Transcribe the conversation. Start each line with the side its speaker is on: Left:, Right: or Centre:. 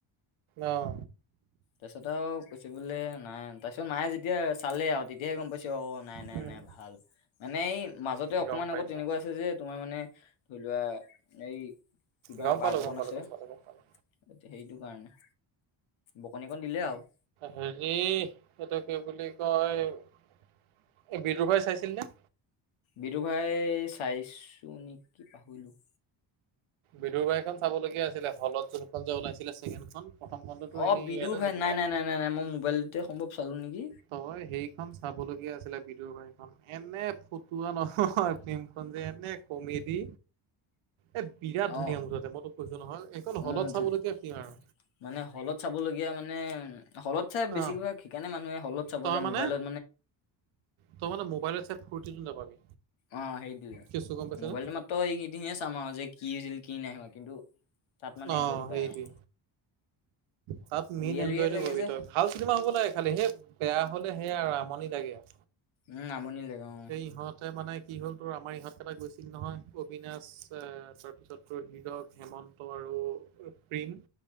Right: অঁ
Left: তাৰপিছত আৰু কৈছে বোলে নাই তাৰপিছত মায়ে যেতিয়া চালে আৰু তেতিয়াহে গম পাইছে অ নাই নাই
Right: উম,
Left: নাই। ভাল মানে এই মাজতে অকণমান
Right: গম পাইছা।
Left: আগত তেনেকুৱা আছে যে তোমাৰ মানে ধৰি লোৱা এই- কিবা
Right: গম
Left: পাৰ্ট
Right: পালো,
Left: অকণ
Right: গম পালো,
Left: আছে
Right: গম
Left: এতিয়া
Right: পালো, গম পালো।
Left: সেইটো কাৰণে বকনি অকণ দিলে আৰু।
Right: হেৰি এইটো কি বুলি কয় এই বিদুৰভৰাই চাইছিল নে।
Left: বিদুৰ ভাই চাইছো নেকি পাহৰিলোঁ
Right: বিদুৰ বাই খন চাবলগীয়া আছিলে হলত ৰোদ খন যে ওলাইছিলে চেকেণ্ড খন। প্ৰথম খনটো
Left: অ
Right: এনে
Left: বিদুৰ
Right: ইয়াতে
Left: ভাই
Right: দি
Left: নাই
Right: দিলে।
Left: নাই নাই নাই নাই মই মোবাইলটোতে সম্ভৱ চালো নেকি?
Right: তই সেইখন চাব লগীয়া আছিলে বিদুৰভাইখন এনে ফটুৱা নহয়। ফ্লিমখন যে এনে কমেডি এ- বিৰাট ধুনীয়া
Left: অ
Right: মুঠতে মই তোক কৈছো নহয় এইখন
Left: উম
Right: হলত চাবলগীয়া
Left: ধুন-
Right: কি আৰু।
Left: মানে হলত চাবলগীয়া মানে হলত চাই বেছিভাগ
Right: অ',
Left: সেইকাৰণে মানুহে হলত। চাব
Right: তই
Left: যায়
Right: মানে
Left: মোবাইলত
Right: তই মানে মোবাইলত চাই ফুৰ্তিটো নাপাবি।
Left: অঁ সেইটোৱেই
Right: কেচটো গম পাইছনে?
Left: মোবাইলত মাত্ৰ এইকেইদিনে চাম আৰু যে কি হৈছিল কি নাই হোৱা কিন্তু। তাত মানে
Right: অঁ
Left: এনজয়টো পায়
Right: সেইটোৱে
Left: আৰু
Right: তাত মেইন
Left: ৰিয়েল
Right: এনজয়টো
Left: ৰিয়েল লাগে
Right: পাবি
Left: যে
Right: তই- ভাল চিনেমা হ'ব লাগে খালি সেই বেয়া হ'লে সেয়াই আমনি লাগে আৰু।
Left: উম আমনি লাগে অ উম
Right: সেই ইহঁতে মানে- কি হ'ল তোৰ আমাৰ ইহঁতকেইটা গৈছিল নহয়, অবিনাশ তাৰপিছত তোৰ হিৰক হেমন্ত আৰু- প্ৰেম।